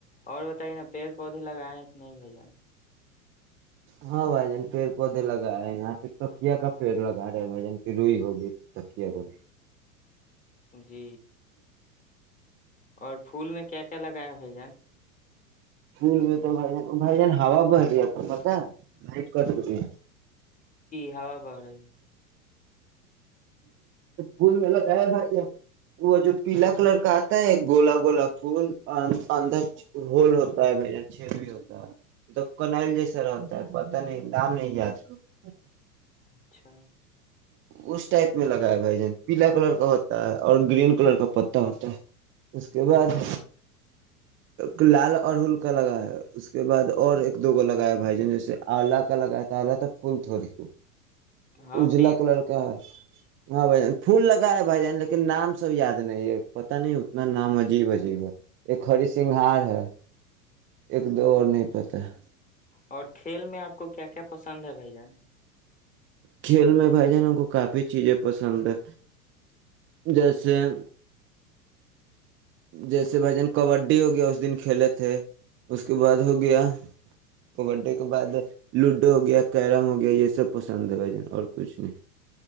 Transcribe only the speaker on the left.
اور بتائیے نا پیڑ پودے بھی لگائے ہیں کہ نہیں بھ جان
جی اور پھول میں کیا کیا لگائیں بھائی جان
تھاھوا پڑ رہای
اچھا <inaudible>
جی
ہاں <inaudible>
اور کھیل میں آپ کو کیا کیا پسند ہے بھائی جان <inaudible>